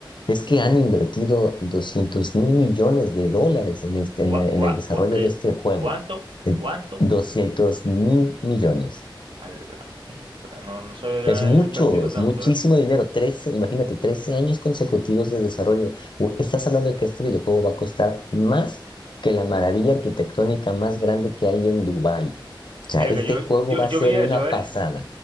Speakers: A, on the left; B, on the right.
A: es que
B: Ujú.
A: han invertido 200 mil millones de dólares en, este,
B: ¿Cuá-
A: en, la- en
B: cuá-
A: el desarrollo
B: cuá- qué-
A: de este juego.
B: ¿Cuánto?
A: Eh,
B: ¿Cuánto?
A: 200 mil millones.
B: A la mierda. No, no sabía que
A: Es
B: habían
A: mucho,
B: invertido
A: es
B: tanto,
A: muchísimo
B: ¿eh?
A: dinero. 13, imagínate, 13 años consecutivos de desarrollo. U- Estás hablando de que este videojuego va a costar más que la maravilla arquitectónica más grande que hay en Dubái. O sea,
B: Mira
A: este
B: que yo,
A: juego
B: yo,
A: va
B: yo
A: a ser
B: vi eso,
A: una pasada.
B: ¿eh?